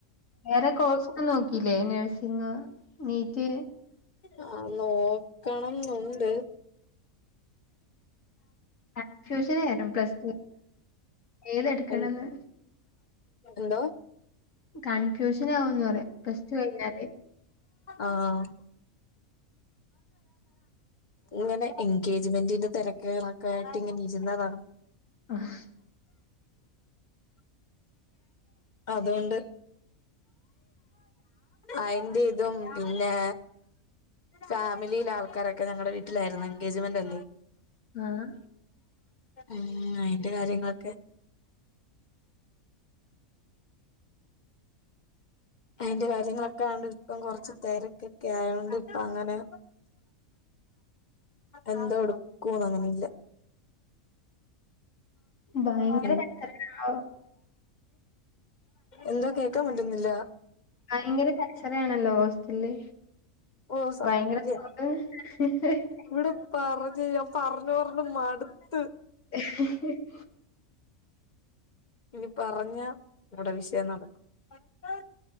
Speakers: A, on the left; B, on the left.
A: വേറെ കോഴ്സും നോക്കില്ലേ നേഴ്സിങ് നീറ്റ്
B: ആഹ് നോക്കണംന്നുണ്ട്
A: കൺഫ്യൂഷനരും പ്ലസ് ടു ഏതെടുക്കണംന്ന്
B: എൻ എന്തോ
A: കൺഫ്യൂഷൻ ആവൂന്ന് പറയാം പസ്റ്റ് ടു കഴിഞ്ഞാല്
B: ആഹ് ഇങ്ങനെ എൻഗേജ്മെന്റിന്റെ തിരക്ക്കള കേട്ടിങ്ങനിരുന്നതാണ്
A: ആഹ്.
B: അതോണ്ട് അയിന്റെ ഇതും പിന്നെ ഫാമിലിലെ ആൾക്കാരൊക്കെ ഞങ്ങളടെ വീട്ടിലായിരുന്നു എൻഗേജ്മെന്റ്ല്ലേ
A: ആഹ്
B: ഉം അയിന്റെ കാര്യങ്ങളൊക്കെ അതിന്റെ കാര്യങ്ങളൊക്കെ ആയോണ്ട് ഇപ്പം കൊറച്ച് തെരക്കൊക്കെ ആയോണ്ട് ഇപ്പ അങ്ങനെ എന്തോ കൊടുക്കുന്നങ്ങനില്ല
A: ഭയങ്കര
B: ഇൻ
A: കച്ചറയാണല്ലോ
B: എന്താ കേക്കാൻ പറ്റുന്നില്ല
A: ഭയങ്കര കച്ചറയാണല്ലോ ഹോസ്റ്റലില്
B: ഓ സത്യം
A: ഭയങ്കര <unintelligible>
B: ഇവിടെ പറഞ്ഞ് ഞാൻ പറഞ്ഞ് പറഞ്ഞ് മടുത്ത്
A: <inaudible>
B: ഇനി പറഞ്ഞ ഇവിടെ വിഷയം നടക്കും എ